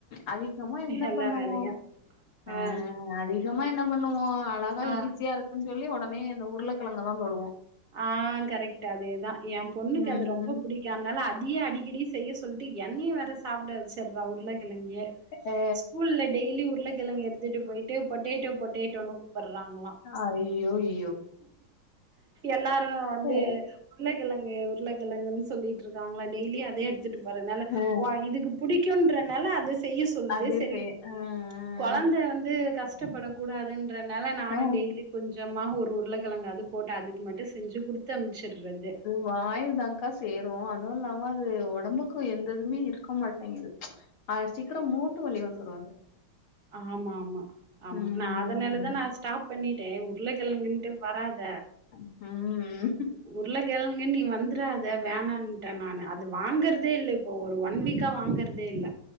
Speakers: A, on the left; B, on the right.
A: அதிகமா என்ன
B: எல்லா
A: பண்ணுவோ
B: வேலையு
A: அ
B: ஆ
A: அ அதி கமா என்ன பண்ணுவோ அழகா
B: ஆ
A: ஈஸியா இருக்குன் சொல்லி ஒடனே அந்த உருளக்கெழங்கதா தொடுவோ
B: ஆ கரெக்ட் அதேதா எம்பொண்ணுக்கு
A: ம்.
B: அது ரொம்ப புடிக் கி அனால அதியே அடிக்கடி செய்ய சொல்ட்டு என்னயே வேற சாப்ட வச்சர்றா உருளகெழங்கயே
A: அ
B: ஸ்கூல்ல டெய்லி உருளக்கெழங்கு எடுத்துட்டு போயிட்டு பொட்டேட்டோ பொட்டேட்டோனு கூப்புட்றாங்களா
A: அய்யோய்
B: எல்லாரு வந்து
A: அ,
B: உருளக்கெழங் கு உருளக்கெழங்குன்னு சொல்லிட்ருக்காங்களா டெய்லியு அதே எடுத்துட்டு போறனால
A: அ.
B: ஒ இதுக்கு புடிக் க்குன்றனால அத செய்ய சொல்து
A: அது
B: செரி
A: செய் அ,
B: கொழந்த
A: அ.
B: வந்து கஷ்டப்படக் கூடாதுன்றனால நானு
A: அ
B: டெய்லி கொஞ்சமா ஒரு உருளக்கெழங்க அதுப் போட்டு அதுக்கு மட்டு செஞ்சு குடுத்து அனுப்ச்சரது
A: வாயுதாக்கா சேரு அதுவு இல்லாம அது ஒடம்புக்கு எந்ததுமே இருக்க மாட்டேங்குது அ சீக்ரோ மூட்டு வலி வந்துரு அது
B: ஆமாமா ஆமா
A: ம்
B: நா அதனாலதா நா ஸ்டாப் பண்ணிட்டே உருளக்கெழங்குன்ட்டு வராத
A: ம் ம்
B: உருளகெழங்குன்னு நீ வந்துராத வேணான் ட்டேன் நானு அது வாங்குறதேல்ல இப்போ ஒரு ஒன் வீக்கா வாங்குறதேல்ல